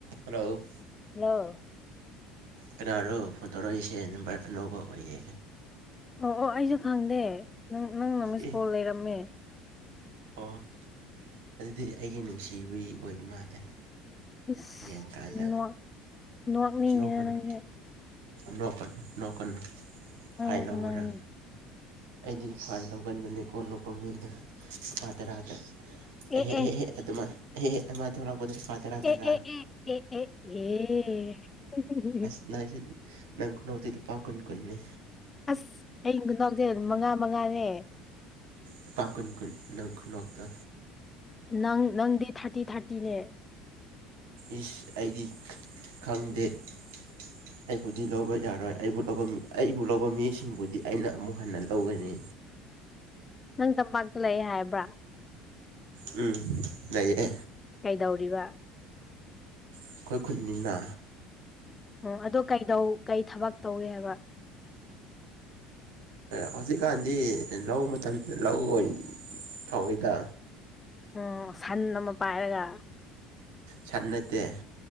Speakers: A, on the right (about 85°); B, on the left (about 25°).
A: ꯍꯜꯂꯣ
B: ꯍꯜꯂꯣ
A: ꯀꯅꯥꯅꯣ ꯐꯣꯟ ꯇꯧꯔꯛꯏꯁꯦ ꯅꯝꯕꯔ ꯑꯅꯧꯕ ꯑꯣꯏꯌꯦ
B: ꯑꯣ ꯑꯣ ꯑꯩꯁꯨ ꯈꯪꯗꯦ ꯅꯪ ꯅꯪꯅ ꯃꯤꯁꯀꯣꯜ
A: ꯑꯦ
B: ꯂꯩꯔꯝꯃꯦ
A: ꯑꯣ ꯑꯗꯨꯗꯤ ꯑꯩꯒꯤ ꯅꯨꯡꯁꯤꯕꯒꯤ ꯑꯣꯏꯕ ꯃꯥꯜꯂꯦ
B: ꯏꯁ
A: ꯌꯦꯡꯀꯥꯟꯗ
B: ꯅꯣꯛ ꯅꯣꯛꯅꯤꯡꯉꯤꯅ
A: ꯅꯣꯛꯀꯅꯨ
B: ꯅꯪꯗꯤ
A: ꯅꯣꯛꯀꯅꯨ ꯅꯣꯛꯀꯅꯨ
B: ꯅꯪ
A: ꯐꯥꯏ ꯂꯥꯎꯑꯨꯔ
B: ꯅꯪ
A: ꯑꯩꯗꯤ ꯐꯥꯏꯟ ꯂꯧꯒꯟꯕꯅꯦꯀꯣ ꯅꯣꯛꯄꯥ ꯃꯤꯗ ꯂꯨꯄꯥ ꯇꯔꯥꯗ
B: ꯑꯦ
A: ꯍꯦ
B: ꯑꯦ
A: ꯍꯦ ꯍꯦ ꯑꯗꯨꯃ ꯍꯦ ꯍꯦ ꯑꯃ ꯊꯣꯛꯂꯛꯄꯗ ꯇꯔꯥ
B: ꯑꯦ
A: ꯇꯔꯥ
B: ꯑꯦ ꯑꯦ ꯑꯦ ꯑꯦ ꯑꯦ
A: ꯁꯅꯥꯏꯁꯦ ꯅꯪ ꯈꯨꯅꯣꯛꯇꯨꯗꯤ ꯂꯨꯄꯥ ꯀꯨꯟ ꯀꯨꯟꯅꯤ
B: ꯑꯁ ꯑꯩꯒꯤ ꯈꯨꯅꯣꯛꯖꯦ ꯑꯗꯨꯝ ꯃꯉꯥ ꯃꯉꯥꯅꯦ
A: ꯂꯨꯄꯥ ꯀꯨꯟ ꯅꯪ ꯈꯨꯅꯣꯛꯇꯣ
B: ꯅꯪ ꯅꯪꯗꯤ ꯊꯥꯔꯇꯤ ꯊꯥꯔꯇꯤꯅꯦ
A: ꯏꯁ ꯑꯩꯗꯤ ꯈꯪꯗꯦ ꯑꯩꯕꯨꯗꯤ ꯂꯧꯕ ꯌꯥꯔꯣꯏ ꯑꯩꯕꯨ ꯂꯧꯕ ꯑꯩꯕꯨ ꯂꯧꯕ ꯃꯤꯁꯤꯡꯕꯨꯗꯤ ꯑꯩꯅ ꯑꯃꯨꯛ ꯍꯟꯅ ꯂꯧꯒꯅꯤ
B: ꯅꯪ ꯇꯝꯄꯥꯛꯇ ꯂꯩꯑꯦ ꯍꯥꯏꯕ꯭ꯔꯥ
A: ꯎꯝ ꯂꯩꯌꯦ
B: ꯀꯩꯗꯧꯔꯤꯕ
A: ꯑꯩꯈꯣꯏ ꯈꯨꯟꯅꯤꯅ
B: ꯑꯣ ꯑꯗꯣ ꯀꯩꯗꯧ ꯀꯩ ꯊꯕꯛ ꯇꯧꯏ ꯍꯥꯏꯕ
A: ꯍꯧꯖꯤꯛꯀꯥꯟꯗꯤ ꯂꯧ ꯃꯇꯝꯁꯤꯗ ꯂꯧ ꯑꯣꯏꯅ ꯊꯥꯎꯏꯗ
B: ꯑꯣ ꯁꯟ ꯑꯃ ꯄꯥꯏꯔꯒ
A: ꯁꯟ ꯅꯠꯇꯦ